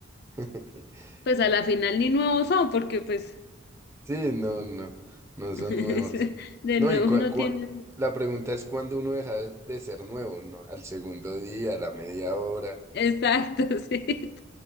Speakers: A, on the right; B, on the left.
A: <laughs>
B: Pues a la final ni nuevos son, porque pues
A: Sí, no, no, no
B: <laughs>
A: son nuevos.
B: de
A: No,
B: nuevos
A: y cua-
B: no
A: cua-
B: tienen.
A: la pregunta es cuándo uno deja de de ser nuevo, ¿no? Al segundo día, a la media hora,
B: Exacto, <laughs> sí.